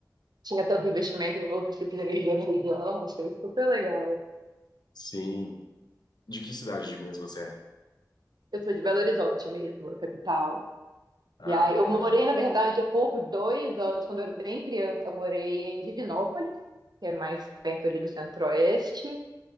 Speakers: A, on the right; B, on the left.
A: tinha tanto investimento em outros tipos de energia na região, achei super legal.
B: Sim. De que cidade de Minas você é?
A: Eu sou de Belo Horizonte mesmo, a capital.
B: Ah,
A: E aí,
B: BH.
A: eu morei, na verdade, por dois anos, quando eu era bem criança, eu morei em Divinópolis, que é mais perto ali do Centro-Oeste,